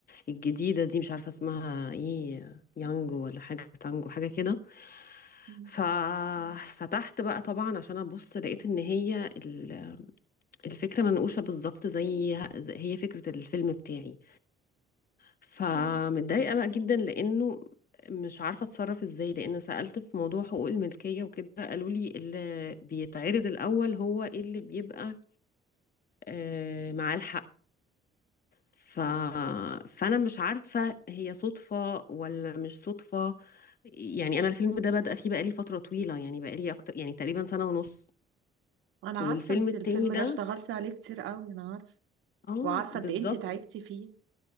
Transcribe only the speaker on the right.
مم.
مم.
انا عارفة
انت
الفيلم
ده اشتغلتي عليه كتير قوي انا عارفة
وعارفة
قد ايه انت تعبتي فيه